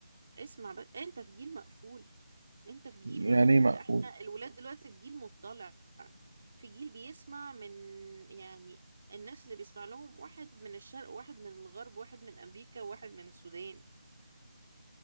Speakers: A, on the right; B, on the right.
A: اسمع بس انت في جيل مقفول انت في جيل
B: يعني
A: مقفول
B: ايه مقفول
A: احنا الولاد دلوقتي في جيل مطلع في جيل بيسمع من يعني الناس اللي بيسمع لهم واحد من الشرق واحد من الغرب واحد من امريكا واحد من السودان